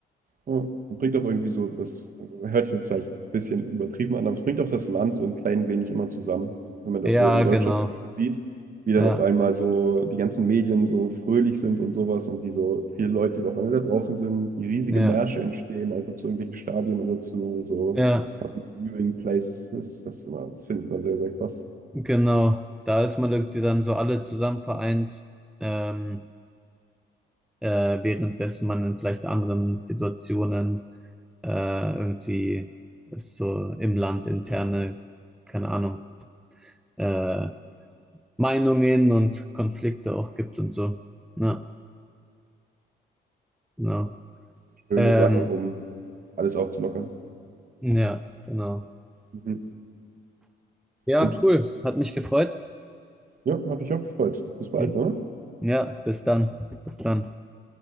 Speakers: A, on the right (about 45°); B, in the centre.
A: Ja. Und bringt auch irgendwie so, das hört sich jetzt vielleicht ein bisschen übertrieben an, aber es bringt auch das Land so ein klein wenig immer zusammen. Wenn man das
B: Ja,
A: so in Deutschland
B: genau.
A: zum Beispiel sieht, wie dann
B: Ja,
A: auf einmal so die ganzen Medien so fröhlich sind und sowas und wie so viele Leute die auf einmal da draußen sind, wie riesige
B: ja,
A: Märsche entstehen, einfach zu irgendwelchen Stadien oder zu so
B: ja,
A: Public Viewing Places. Das ist immer, das finde ich immer sehr, sehr krass.
B: genau. Da ist man irgendwie dann so alle zusammen vereint. Ähm, äh, währenddessen man in vielleicht anderen Situationen äh, irgendwie es so im Land interne, keine Ahnung, äh, Meinungen und Konflikte auch gibt und so. Ja, genau.
A: Schöne
B: Ähm,
A: Sache, um alles aufzulockern.
B: ja, genau.
A: Mhm.
B: Ja,
A: Gut.
B: cool. Hat mich gefreut.
A: Ja, hat mich auch gefreut. Bis bald,
B: Hm.
A: ne?
B: Ja, bis dann. Bis dann.